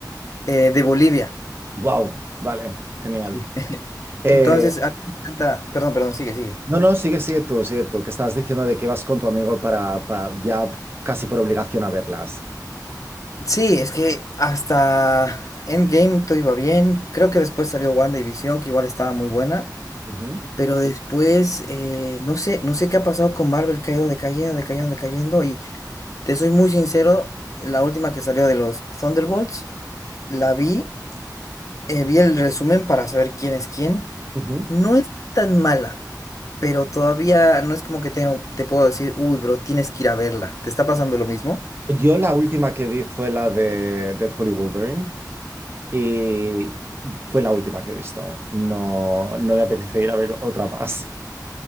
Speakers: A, on the left (about 45°); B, on the right (about 30°).
A: eh, de Bolivia.
B: Wow, vale, genial.
A: Sí. <laughs>
B: Eh,
A: Entonces, a mí me encanta. Perdón, perdón, sigue, sigue.
B: no, no, sigue, sigue tú, sigue tú, que estabas diciendo de que vas con tu amigo para, pa- ya casi por obligación a verlas.
A: Sí, es que hasta Endgame todo iba bien. Creo que después salió WandaVision, que igual estaba muy buena.
B: Ujú,
A: Pero después, eh, no sé, no sé qué ha pasado con Marvel, que ha ido decayendo, decayendo, decayendo. Y te soy muy sincero, la última que salió de los Thunderbolts, la vi, eh, vi el resumen para saber quién es quién.
B: ujú.
A: No es tan mala, pero todavía no es como que tengo, te puedo decir, uy, bro, tienes que ir a verla. ¿Te está pasando lo mismo?
B: Yo la última que vi fue la de Deadpool y Wolverine y fue la última que he visto. No, no me apetece ir a ver otra más.